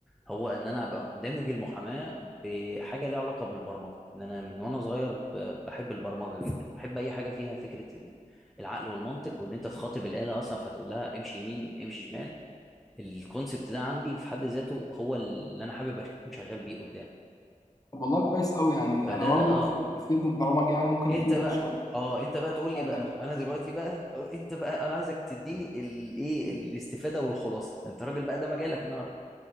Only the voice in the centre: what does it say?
هو ان انا ابقى دامج المحاماه بحاجه ليها علاقه بالبرمجه ان انا من وانا صغير ب- بحب البرمجه جدا بحب اي حاجه فيها فكره ال- العقل والمنطق وان انت تخاطب الاله اصلا فتقول لها امشي يمين امشي شمال الكونسبت ده عندي في حد ذاته هو اللي انا حابب اكون شغال بيه قدام
فده
اه
انت
بقى
اه انت بقى تقول لي
بقى
انا دلوقتي بقى أو انت بقى انا عايزك تديني الايه الاستفاده والخلاصه انت راجل بقى ده مجالك النهارده